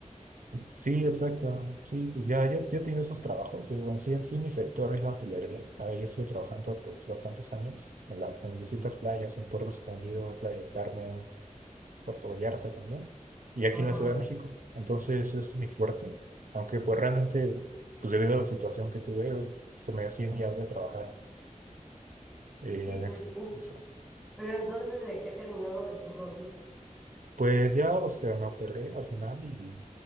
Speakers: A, in the centre; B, on the right (about 80°).
A: <laughs>
B: Sí, exacto. Sí, pues ya, ya, ya he tenido esos trabajos. Digo, en sí, en sí, mi sector es la hotelería. Ahí estuve trabajando pues bastantes años en, la, en distintas playas, en Puerto Escondido, Playa del Carmen, Puerto Vallarta también, y aquí
A: Ujú.
B: en la Ciudad de México. Entonces es mi fuerte, aunque pues realmente, pues debido a la situación que tuve, se me hacían días de trabajar eh,
A: Sí,
B: en
A: pues
B: eso,
A: sí.
B: eso.
A: Pero entonces, ¿de qué terminó lo de tu rodilla?
B: Pues ya, o sea, me operé al final y